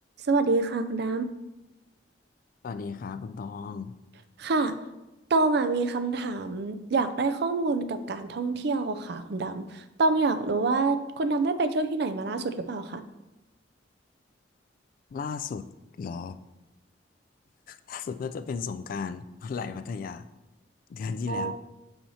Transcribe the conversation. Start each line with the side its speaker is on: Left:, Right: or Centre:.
Right: สวัสดีค่ะคุณด
Left: สวัสดีครับคุณตอง
Right: ำค่ะตองอ่ะมีคำถามอยากได้ข้อมูลกับการท่องเที่ยวค่ะคุณดำตองอยากรู้ว่าคุณดำได้ไปเที่ยวที่ไหนมาล่าสุดหรือเปล่าคะ
Left: ล่าสุดเหรอล่าสุดน่าจะเป็นสงกรานต์ <laughs> วันไหลพัทยาเดือนที่แล้ว
Right: อ๋อ